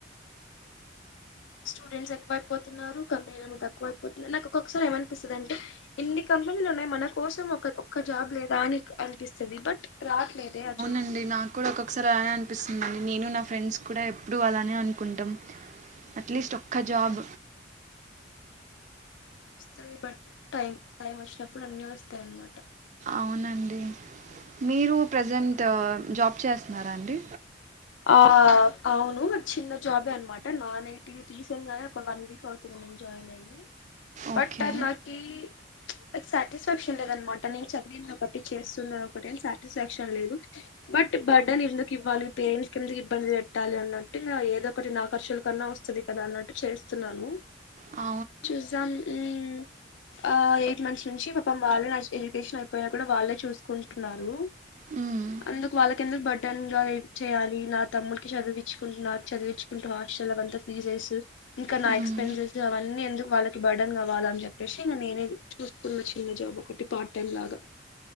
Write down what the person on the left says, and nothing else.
స్టూడెంట్స్ ఎక్కువైపోతున్నారు కంపెనీలేమో తక్కువైపోతున్నారు నాకు ఒక్కొసారి ఏమనిపిస్తదంటే ఎన్నిక కంపెనీలు ఉన్నాయి మన కోసం ఒక ఒక్క జాబ్ లేదా అని అనిపిస్తుంది బట్ రాట్లేదు ఆ జాబ్
ఓస్తాయి బట్ టైం టైం ఓచ్చినప్పుడు అన్నీ ఓస్తాయన్నమాట.
ఆ అవును చిన్న జాబే అన్మాట నాన్ ఐటి రీసెంట్గానే ఒక వన్ వీక్ అవుతుంద జాయిన్ అయ్యి
బట్ అద్ నాకీ ప్చ్ సాటిస్ఫాక్షన్ లేద అనమాట నేను చదివింది ఒకటి చేస్తున్న ఒకటి అని సాటిస్ఫాక్షన్ లేదు బట్ బర్డెన్ ఎందుకు ఇవ్వాలి పేరెంట్స్ కిందకి ఇబ్బంది పెట్టాలి అన్నట్టు ఇంగ ఏదో ఒకటి నా ఖర్చుల కన్నా వస్తది కదా అన్నట్టు చేస్తున్నాను
చూసాం మ్ ఆ ఎయి మంత్స్ నుంచి పాపం వాళ్ళే నా ఎడ్యుకేషన్ అయిపోయి కూడా వాళ్ళే చూస్కుంటున్నారు.
అందుకు వాళ్ళకెందుక్ బడ్డన్గ ఇద్ చెయ్యాలి. నా తమ్ముడ్కి చదివిచ్చుకుంట నాక్ చదివిచ్చుకుంటు హాస్టల్లకు అంతా ఫీజెస్ ఇంకా నా
ఎక్స్పెన్సెస్ అవన్నీ ఎందుకు వాళ్ళకి బర్డన్ కావాలన్ చెప్పేసి ఇగ నేనే చూస్కున్న చిన్న జాబ్ ఒకటి పార్ట్ టైం లాగా